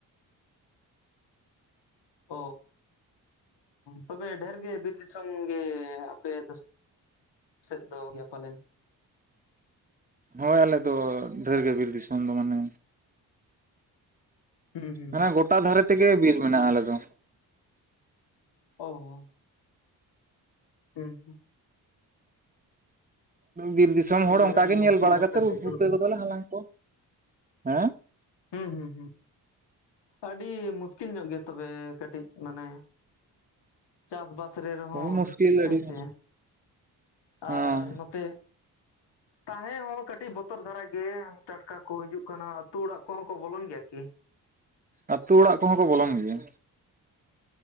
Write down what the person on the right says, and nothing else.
ᱦᱳᱭ ᱟᱞᱮ ᱫᱚ ᱰᱷᱮᱨ ᱜᱮ ᱵᱤᱨ ᱫᱤᱥᱚᱢ ᱫᱚ ᱢᱟᱱᱮ
ᱢᱟᱱᱮ ᱜᱚᱴᱟ ᱫᱷᱟᱨᱮ ᱛᱮᱜᱮ ᱵᱤᱨ ᱢᱮᱱᱟᱜᱼᱟ ᱟᱞᱮ ᱫᱚ
ᱵᱤᱨ ᱫᱤᱥᱚᱢ
ᱦᱚᱲ ᱚᱱᱠᱟᱟᱜ
ᱜᱮ ᱧᱮᱞ
ᱵᱟᱲᱟ ᱠᱟᱛᱮ
ᱩᱫ ᱯᱷᱩᱠᱟᱹ
ᱜᱚᱫᱚᱞᱮ ᱦᱟᱞᱟᱝ ᱠᱚ ᱦᱮᱸ
ᱦᱳᱭ ᱢᱩᱥᱠᱤᱞ
ᱟᱹᱰᱤ
ᱢᱩᱥᱠᱤᱞ ᱦᱚᱸ
ᱟᱹᱛᱩ ᱚᱲᱟᱜ ᱠᱚᱦᱚᱸ ᱠᱚ ᱵᱚᱞᱚᱱ ᱜᱮᱭᱟ